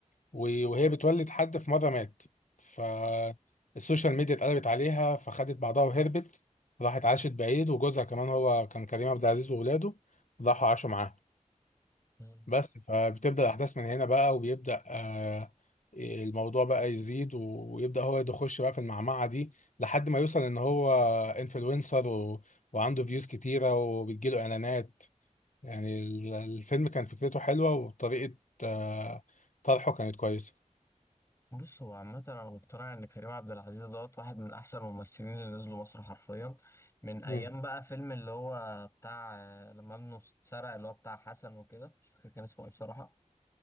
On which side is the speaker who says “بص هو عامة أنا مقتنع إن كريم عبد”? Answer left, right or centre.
Left